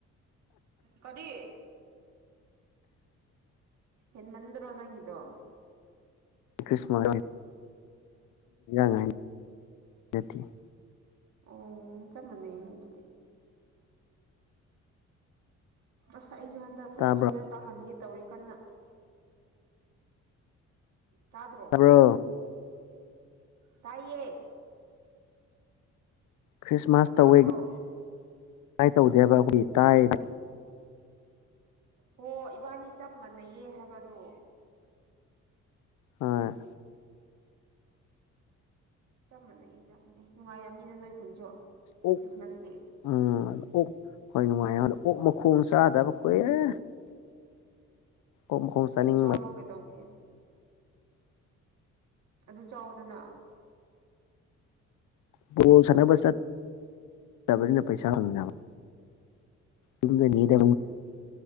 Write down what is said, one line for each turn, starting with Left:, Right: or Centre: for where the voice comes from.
Right: ꯀꯔꯤ ꯌꯦꯟꯃꯟꯔꯑꯣ ꯅꯒꯗꯨꯣ
Left: ꯀ꯭ꯔꯤꯃꯣꯒ ꯉ <unintelligible>
Right: ꯑꯣ ꯆꯃ ꯃꯥꯅꯦꯅꯤ ꯗꯨꯗꯤ ꯑꯁ ꯑꯩꯁꯨ ꯍꯟꯗꯛ ꯈꯔ
Left: ꯇꯥꯕ꯭ꯔꯣ
Right: ꯐꯤꯒꯔ ꯇꯥꯍꯟꯒꯦ ꯇꯧꯔꯤ ꯀꯟꯅ ꯇꯥꯗ꯭ꯔꯣ
Left: ꯇꯥꯕ꯭ꯔꯣ
Right: ꯇꯥꯏꯌꯦ
Left: ꯈ꯭ꯔꯤꯁꯃꯥꯁ
Right: ꯇꯥꯗ꯭ꯔꯣ
Left: ꯇꯧꯋꯦ ꯀꯥꯏ ꯇꯧꯗꯦꯕ ꯑꯩꯈꯣꯏꯒꯤ ꯇꯥꯏ
Right: ꯍꯣ ꯏꯕꯥꯅꯤ ꯆꯞ ꯃꯥꯟꯅꯩꯌꯦ ꯍꯥꯏꯕꯗꯣ
Left: ꯍꯣꯏ
Right: ꯆꯞ ꯃꯥꯟꯅꯩ ꯆꯞ ꯃꯥꯟꯅꯩ ꯅꯨꯡꯉꯥꯏꯔꯝꯅꯤꯗ ꯅꯣꯏ ꯈꯨꯟꯁꯨ
Left: ꯑꯣ
Right: ꯈ꯭ꯔꯤꯁꯃꯥꯁꯇꯤ
Left: ꯎꯝ ꯑꯣꯛ ꯍꯣꯏ ꯅꯨꯡꯉꯥꯏꯗꯣ ꯑꯣꯛ ꯃꯈꯣꯡ ꯆꯥꯗꯕ ꯀꯨꯏꯔꯦ ꯑꯣꯛ ꯃꯈꯣꯡ ꯆꯥꯅꯤꯡꯕ
Right: ꯏꯁ ꯆꯥꯕ ꯀꯩꯗꯧꯒꯦ ꯑꯗꯨ ꯆꯥꯎꯗꯅ
Left: ꯕꯣꯜ ꯁꯥꯟꯅꯕ ꯆꯕꯅꯤꯅ ꯄꯩꯁꯥ ꯐꯪꯗꯕ ꯌꯨꯝꯗꯅꯤꯗ
Right: ꯎꯝ